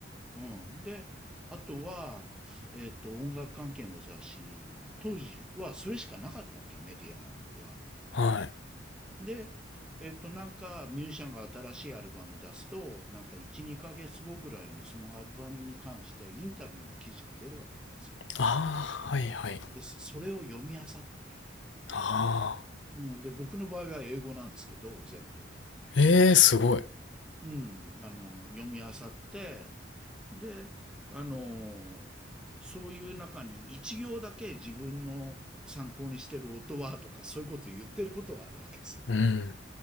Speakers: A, in the centre; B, on the left.
A: うん。で、あとは、えっ、と、音楽関係の雑誌は、当時はそれしかなかったわけ、メディアは。
B: はい。
A: で、えっと、なんかミュージシャンが新しいアルバム出すと、なんか1、2ヶ月後ぐらいにそのアルバムに関してインタビューの記事が出るわけなんですよ。
B: ああ、はいはい。
A: で、それを読み漁ってね。
B: ああ、
A: うん、で、僕の場合は英語なんですけど、全部。
B: ええー、すごい。
A: うん、あの、読み漁って、で、あの、そういう中に一行だけ自分の参考にしてる音はとか、そういうことを言ってることがあるわけですよ。
B: うん。